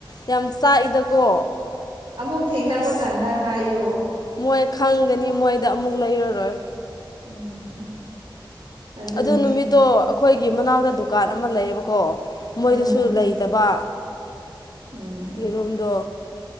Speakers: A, on the left; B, on the right.
A: ꯌꯥꯝ ꯆꯥꯛꯏꯗꯀꯣ
B: ꯑꯃꯨꯛ ꯊꯦꯡꯅꯕ
A: ꯑꯁ
B: ꯀꯥꯟꯗ ꯍꯥꯏꯌꯣ
A: ꯃꯣꯏ ꯈꯪꯒꯅꯤ ꯃꯣꯏꯗ ꯑꯃꯨꯛ ꯂꯩꯔꯔꯣꯏ
B: ꯎꯝ ꯑꯗꯨꯅꯦ
A: ꯑꯗꯨ ꯅꯨꯃꯤꯠꯇꯣ ꯑꯩꯈꯣꯏꯒꯤ ꯃꯅꯥꯎꯛꯇ ꯗꯨꯀꯥꯟ ꯑꯃ ꯂꯩꯌꯦꯕꯀꯣ ꯃꯣꯏꯗꯁꯨ
B: ꯎꯝ
A: ꯂꯩꯇꯕ
B: ꯎꯝ
A: ꯌꯦꯔꯨꯝꯝꯗꯣ